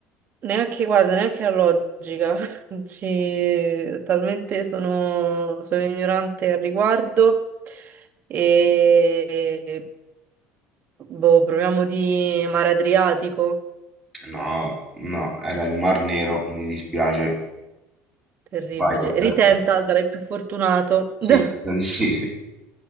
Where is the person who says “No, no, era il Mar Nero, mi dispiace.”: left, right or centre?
Centre